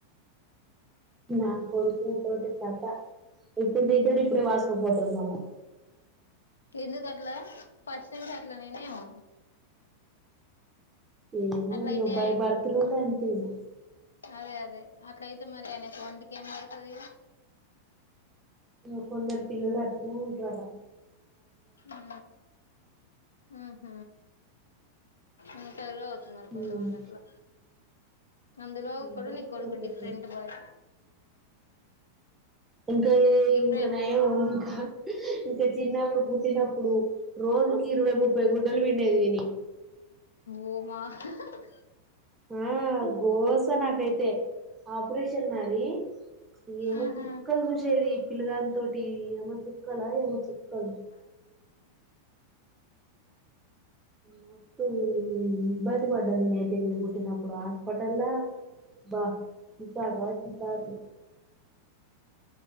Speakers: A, on the right; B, on the left.
A: నా కొడుకు తోటి కథ ఇపుడు తింటడు ఇప్పుడే వాసుకు పోతడు మళ్ల
B: ఎందుకట్ల ఫస్ట్ టైం కు అట్లనెమో ఏమో
A: ఏమో
B: అట్లయితే
A: ఇగ బై బర్త్ నుండి అంతే ఈయన
B: అదే అదే అట్లా అయితే మరి అయినకి ఒంటికి ఏం పడత ఇగ
A: లోకం ల పిల్లలు అట్నే ఉంటరట
B: ఊ ఆహ ఉంటరు కావచ్చు
A: ఉమ్
B: మరి కొంతమంది అట్లా అందులో ఒకడు
A: అందరూ
B: నీ కొడుకు
A: ఒక్కొక్కరు
B: డిఫరెంట్ బాయ్
A: ఇంకా యే
B: డిఫరెంట్
A: ఇంకా నయం ఇంకా తే చిన్నపుడు పుట్టినప్పుడు రోజుకి ఇరవై ముప్పై గుడ్డలు విండేది వినీయ్
B: ఓ మా <unintelligible>
A: ఆ గోస నాకైతే ఆపరేషన్ అది ఏమో
B: ఆహా
A: చుక్కలు చూసేది పిల్లగాని తోటి ఏమో చుక్కలా ఏమో చుక్కలు
B: అవును
A: మస్తు ఇబ్బంది పడ్డా నేనుతే వీడు పుట్టినప్పుడు హాస్పిటల వాహ్ చీకాకు ఆ చికాకు